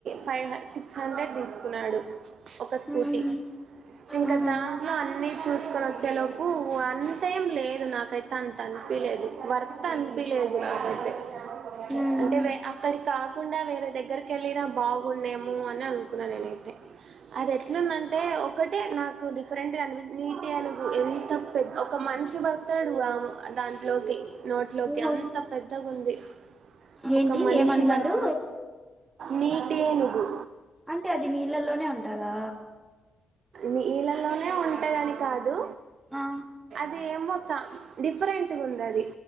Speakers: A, on the right; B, on the right.
A: ఫైవ్ సిక్స్ హండ్రెడ్ తీసుకున్నాడు ఒక స్కూటీ
B: ఉమ్
A: ఇంకా
B: ఉహు
A: దాంట్లో అన్ని చూస్కోలే చలో ఊ అంతేం లేదు నాకైతే అం అనిపిలేదు వర్త్ అనిపిలేదు నాకైతే హ్
B: ఉమ్
A: అంటే వే అక్కడి కా కుండా వేరే దగ్గరికి వెళ్ళిన బాగుండేమో అని అనుకున్నా నేనైతే అది ఎట్లుంది అంటే ఒకటే నాక కు డిఫరెంట్ అనిపించి కే అనుగు ఎంత పెద్ద ఒక మనిషి పడతాడు ఆ దాంట్లోకి నోట్లోకి
B: ఓహో
A: అంత పెద్దగా ఉంది
B: ఏంటి
A: ఒక మనిషి
B: ఏమనిమలు
A: పడు నీటి ఏనుగు
B: అంటే అది నీళ్ళల్లోనే ఉంటాదా
A: నీళ్ళలోనే ఉంటాదని కాదు
B: ఆ
A: అది ఏమో స డిఫరెంట్ గా ఉంది అది